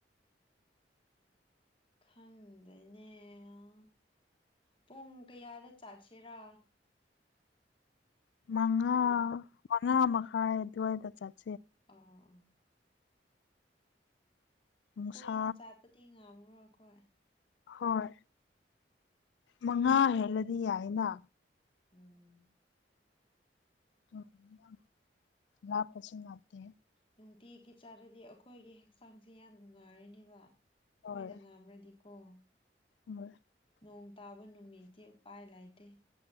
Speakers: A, on the left (about 30°); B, on the left (about 75°).
A: ꯈꯪꯗꯦꯅꯦ ꯑꯣ ꯄꯨꯡ ꯀꯌꯥꯗ ꯆꯠꯁꯦꯔꯥ
B: ꯃꯉꯥ
A: ꯍꯜꯂꯣ
B: ꯃꯉꯥ ꯃꯈꯥꯏ ꯑꯗꯨꯋꯥꯏꯗ ꯆꯠ
A: ꯑꯣꯑꯣ
B: ꯅꯨꯡꯁꯥ
A: ꯀꯨꯏꯅ ꯆꯥꯠꯄꯗꯤ ꯉꯝꯔꯣꯏ ꯈꯣꯏ
B: ꯍꯣꯏ ꯃꯉꯥ ꯍꯦꯜꯂꯗꯤ ꯌꯥꯏꯅ
A: ꯎꯝ
B: ꯎꯝ ꯍꯨꯝ ꯂꯥꯞꯄꯁꯨ ꯅꯛꯑꯦ
A: ꯅꯨꯡꯇꯤꯒꯤ ꯆꯥꯔꯗꯤ ꯑꯈꯣꯏꯒꯤ ꯍꯛꯆꯥꯡꯁꯦ ꯌꯥꯝ ꯅꯨꯡꯉꯥꯏꯔꯅꯤꯕꯥ ꯑꯈꯣꯏꯅ
B: ꯍꯣꯏ
A: ꯉꯥꯝꯔꯗꯤ ꯑꯣ
B: ꯍꯣꯏ
A: ꯅꯣꯡ ꯇꯥꯕ ꯅꯨꯃꯤꯠꯇꯤ ꯎꯄꯥꯏ ꯂꯥꯏꯇꯦ